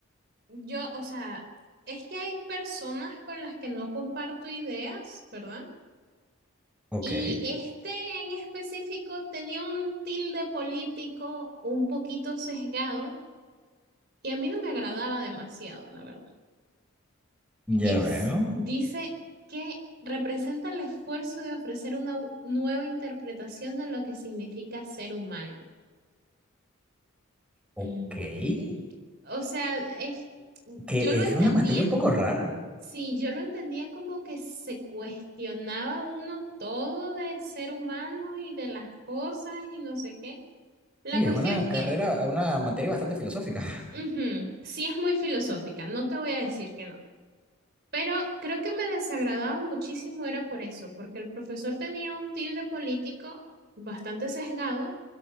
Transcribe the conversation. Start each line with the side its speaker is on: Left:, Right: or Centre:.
Right: yo, o sea, es que hay personas con las que no comparto ideas, ¿verdad?
Centre: Ok,
Right: Y este en específico tenía un tilde político un poquito sesgado y a mí no me agradaba demasiado, la verdad.
Centre: ya
Right: Es,
Centre: veo.
Right: dice que representa el esfuerzo de ofrecer una nueva interpretación de lo que significa ser humano.
Centre: Ok.
Right: Mm,
Centre: Que,
Right: O sea, es,
Centre: que
Right: yo
Centre: es
Right: lo entendía,
Centre: una materia un poco rara.
Right: sí, yo lo entendía como que se cuestionaba uno todo de ser humano y de las cosas y no sé qué. La
Centre: Sí,
Right: cuestión
Centre: es una
Right: es
Centre: carrera,
Right: que
Centre: una materia bastante filosófica.
Right: Ujú, Sí, es muy filosófica, no te voy a decir que no, pero creo que me desagradaba muchísimo era por eso, porque el profesor tenía un tilde político bastante sesgado